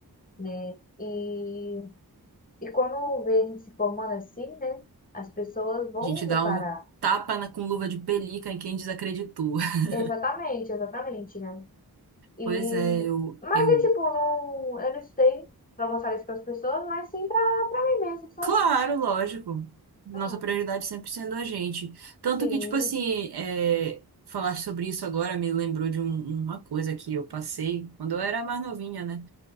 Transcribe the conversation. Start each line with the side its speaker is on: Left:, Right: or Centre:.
Left: né? E, e quando vê a gente se formando assim, né? As pessoas vão
Right: A gente dá
Left: reparar.
Right: um tapa na- com luva de pelica em quem desacreditou. <laughs>
Left: Exatamente, exatamente, né? E,
Right: Pois é, eu,
Left: mas
Right: eu.
Left: é tipo, não, eu não estudei pra mostrar isso para as pessoas, mas sim pra, pra mim mesmo, sabe?
Right: Claro, lógico. Nossa
Left: Ah,
Right: prioridade sempre sendo a gente. Tanto
Left: Sim,
Right: que, tipo assim, é, falar sobre isso agora me lembrou de um- uma coisa que eu passei quando eu era mais novinha, né?